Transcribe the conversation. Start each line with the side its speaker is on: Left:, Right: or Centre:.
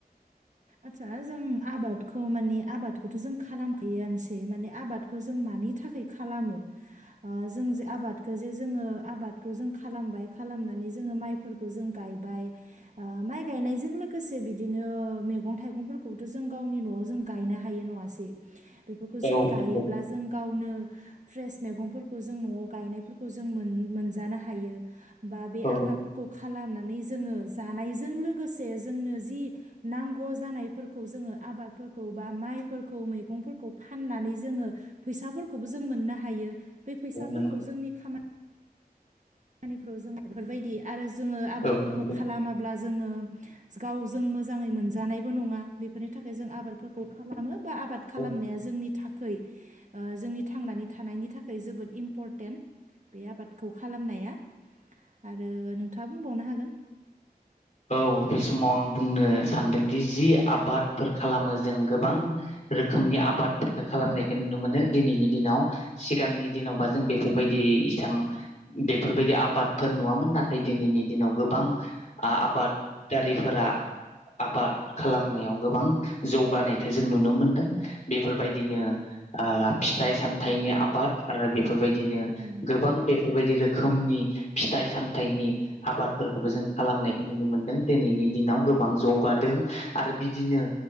Right: आदचसा जों आबादखौ माने आबादखौथ' जों खालामखायोआनोसै माने आबादखौ जों मानि थाखाय खालामो ओ जों जे आबादखौ जे जोङो आबादखौ जों खालामबाय खालामनानै जोङो माइफोरखौ जों गायबाय ओ माइ गायनायजों लोगोसे बिदि बिदिनो मैगं थाइगंफोरखौबोथ' जों गावनि न'आव जों गायनो हायो नङासै बेफोरखौ
Left: औ
Right: जों गायोब्ला
Left: नंगौ
Right: जों गावनो फ्रेस मैगंफोरखौ जों न'आव गायनायफोरखौ जों मोनजानो हायो बा बे
Left: औ
Right: आबादफोरखौ खालामनानै नै जोङो जानायजों लोगोसे जोंनो जि नांगौ जानायफोरखौ जोङो आबादफोरखौ बा माइफोरखौ मैगंफोरखौ फाननानै जोङो फैसाफोरखौबो जों मोननो हायो बे फैसाफोरखौ
Left: औ नंगौ
Right: जोंनि खामानि खामानिफ्राव जोंहा बेफोरबायदि आरो जोङो आबादफोरखौ
Left: औ नंगौ
Right: खालामाब्ला जोङो गावजों मोजाङै मोनजानायबो नङा बेफोरनि थाखाय जों आबादफोरखौ खालामो बा आबाद खालामनाया
Left: औ
Right: जोंनि थाख खै ओ जोंनि थांनानै थानायनि थाखाय जोबोद इम्परटेन्ट बे आबादखौ खालामनाया आरो नोंथाङा बुंबावनो हागोन
Left: औ बे समाव आं बुंनो सानदोंदि जि आबादफोर खालामो जों गोबां रोखोमनि आबादफोरखौ खालामनायखौ नुनो मोनो दिनैनि दिनाव सिगांनि दिनावबा जों बेफोरबायदि इसां बेफोरबायदि आबाद आबादफोर नुआमोन ना नाथाय दिनैनि दिनाव गोबां आ
Right: औ
Left: आबाद दारिफोरा आबाद खालामनायाव गोबां जौगानायखौ जों नुनो मोनदों बेफोरबायदिनो ओ फिथाइ सामथाइनि आबाद आरो बेफोरबायदि बिदिनो
Right: औ
Left: गोबां बेफोरबायदि रोखोम खोमनि फिथाइ सामथाइनि आबादफोरखौबो जों खालामनायखौ नुनो मोनदों दिनैनि दिनाव गोबां जौगादों आरो बिदिनो